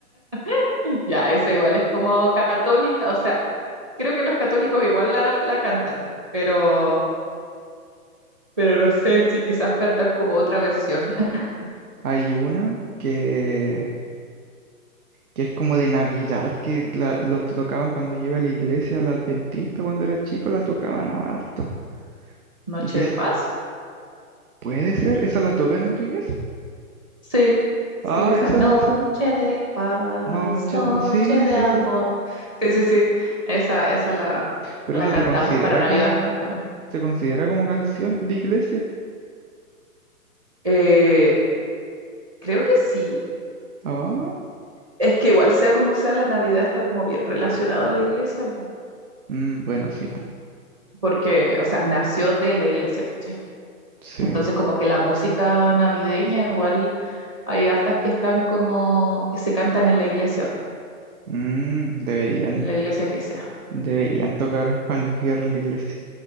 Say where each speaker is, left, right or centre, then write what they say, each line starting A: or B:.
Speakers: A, on the right; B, on the right.
A: <laughs> Ya, esa igual es como católica, o sea, creo que los católicos igual la, la cantan, pero, pero no sé si quizás cantan como otra versión. <laughs>
B: Hay una que, que es como de Navidad, que la, lo tocaban cuando yo iba a la iglesia, la adventista, cuando era chico la tocaban harto.
A: Noche
B: Y quiz-
A: de paz.
B: ¿puede ser? ¿Esa la tocan en tu iglesia?
A: Sí, sí,
B: Ah,
A: esa
B: esa
A: noche
B: debe ser.
A: de paz,
B: Noche
A: noche
B: de amor. Sí,
A: de
B: sí,
A: amor.
B: sí.
A: Sí, sí, sí, esa, esa la,
B: Pero
A: la
B: esa
A: cantamos
B: se considera
A: para Navidad
B: como,
A: justamente.
B: se considera como canción de iglesia.
A: Eh, creo que sí,
B: Ah,
A: es que igual sea como sea, la Navidad está como bien relacionada a la iglesia, po,
B: mm, bueno, sí, po.
A: porque, o sea, nació de la iglesia, ¿cachai?
B: Sí.
A: Entonces como que la música navideña igual hay hartas que están como que se cantan en la iglesia, po,
B: Mm, deberían,
A: en la iglesia que sea.
B: deberían tocar Juan Luis Guerra en la iglesia.